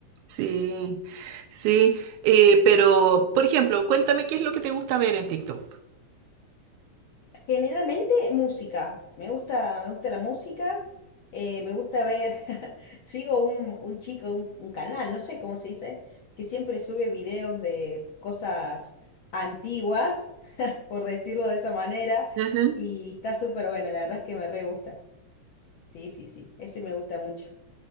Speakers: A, on the right; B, on the left.
A: sí, sí. Eh, pero, por ejemplo, cuéntame qué es lo que te gusta ver en TikTok.
B: Generalmente música. Me gusta, me gusta la música. eh, me gusta ver. <laughs> Sigo un, un chico, un, un canal, no sé cómo se dice, que siempre sube videos de cosas antiguas, <laughs> por decirlo de esa manera.
A: Ajá.
B: Y está súper bueno, la verdad es que me re gusta. Sí, sí, sí. Ese me gusta mucho.